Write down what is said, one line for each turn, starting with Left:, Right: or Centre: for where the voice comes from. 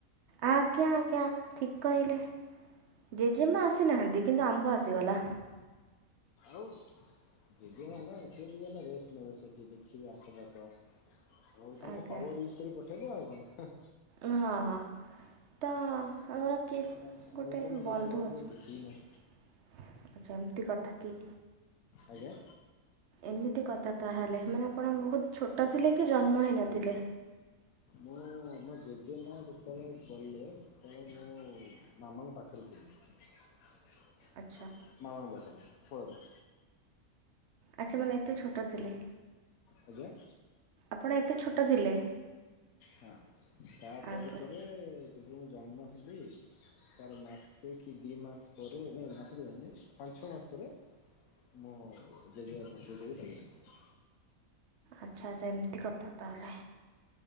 Right: ଆଜ୍ଞା ଆଜ୍ଞା ଠିକ୍ କହିଲେ। ଜେଜେମା ଆସିନାହାନ୍ତି କିନ୍ତୁ ଆମ୍ବ ଆସିଗଲା।
Left: ଆଉ ଜେଜେ ମା ନା ସେ ଟିକେ ରେଷ୍ଟ ନେବେ ସେଠି ଦେଖିବେ ଆଖପାଖ। ହଉ ତାଙ୍କୁ
Right: ଆଜ୍ଞା।
Left: ପାୱାର ବୁଷ୍ଟର ପଠେଇଲେ ଆଉ କଣ।
Right: ହଁ ହଁ। ତ ଆମର କିଏ
Left: ମାନେ
Right: ଗୋଟେ
Left: ମୁଁ ତ ମୋ ଜେଜେମାଆକୁ
Right: ବନ୍ଧୁ ଅଛି।
Left: କେବେ ଦେଖିବି ନାହିଁ।
Right: ଆଛା ଏମିତି କଥା କି।
Left: ଆଜ୍ଞା
Right: ଏମିତି କଥା ତାହେଲେ ମାନେ ଆପଣ ବହୁତ ଛୋଟ ଥିଲେ କି ଜନ୍ମ ହେଇ ନଥିଲେ।
Left: ମୁଁ ମୋ ଜେଜେ ମା ଯେତେବେଳେ ଗଲେ ସେତେବେଳେ ମୁଁ ମାମାଙ୍କ ପାଖରେ ଥିଲି। <inaudible>
Right: ଆଚ୍ଛା।
Left: ମାମାଙ୍କ ପାଖରେ ପଳଦେ।
Right: ଆଚ୍ଛା ମାନେ ଏତେ ଛୋଟ ଥିଲେ?
Left: ଆଜ୍ଞା।
Right: ଆପଣ ଏତେ ଛୋଟ ଥିଲେ?
Left: ହଁ ତା ପରେ
Right: ଆଜ୍ଞା।
Left: ପରେ ଯେତେବେଳେ ମୁଁ ଜନ୍ମ ହେଲି ତାର ମାସେ କି ଦି ମାସ ପରେ ନାଇ ମାସେ ଦି ମାସ ନାଇ ପାଞ୍ଚ ଛଅ ମାସ ପରେ ମୁଁ ଜେଜେମା ଜେଜେ ବି ଚାଲିଗଲେଣି।
Right: ଆଚ୍ଛା ଆଚ୍ଛା ଏମିତି କଥା ତାହେଲେ।